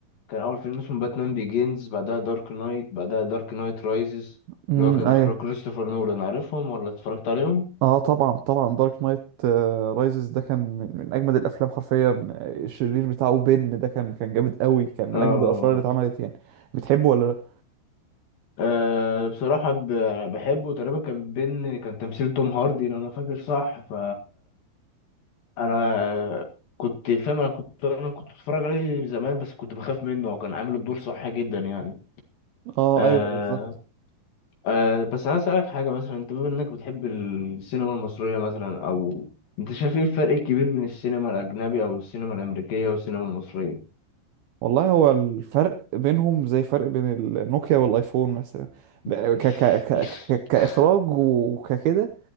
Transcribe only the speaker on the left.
كان أول فيلم اسمه باتمان بيجينز بعدها دارك نايت بعدها دارك نايت رايزز
اللي هو كان
إخراج كريستوفر نولان عارفهم ولا اتفرجت عليهم؟
آه
آه بصراحة ب- بحبه تقريبا كان بين كان تمثيل توم هاردي لو أنا فاكر صح ف أنا كنت فاهم أنا كنت أنا كنت بتفرج عليه زمان بس كنت بخاف منه هو كان عامل الدور صح جدا يعني
آه
أه بس عايز أسألك حاجة مثلا أنت بما إنك بتحب السينما المصرية مثلا أو أنت شايف إيه الفرق الكبير بين السينما الأجنبي أو السينما الأمريكية والسينما المصرية؟
<laughs>